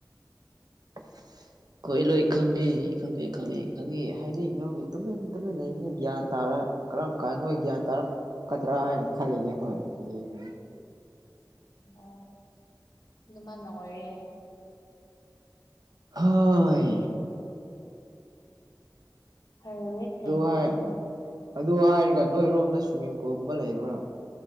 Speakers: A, on the right; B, on the left.
A: <unintelligible> ꯑꯩꯣꯏ ꯂꯣꯏ ꯈꯪꯉꯤ ꯈꯪꯉꯤ ꯈꯪꯉꯤ ꯈꯪꯉꯤ ꯍꯥꯏꯅꯤꯡꯗꯕꯒꯤ ꯇꯨꯃꯤꯟ ꯇꯨꯃꯤꯟ ꯂꯩꯕꯅ ꯒ꯭ꯌꯥꯟ ꯇꯥꯔ ꯀꯔꯝ ꯀꯥꯟ ꯅꯣꯏ ꯒ꯭ꯌꯥꯟ ꯇꯥꯔꯛꯀꯗ꯭ꯔꯥ ꯍꯥꯏꯅ ꯈꯜꯂꯤꯅꯦ ꯑꯩꯈꯣꯏ ꯌꯦꯡ
B: ꯃ ꯑꯗꯨꯃꯥꯏꯅ ꯑꯣꯏꯔꯦ
A: ꯍ ꯍꯣꯏ
B: ꯍꯔꯋꯦ ꯀꯩꯅꯩꯅꯣ
A: ꯑꯗꯨ ꯍꯥꯏ ꯑꯗꯨ ꯍꯥꯏꯔꯒ ꯅꯣꯏꯔꯣꯝꯗ ꯁ꯭ꯋꯤꯝꯃꯤꯡ ꯄꯨꯜꯒꯨꯝꯕ ꯂꯩꯕ꯭ꯔꯥ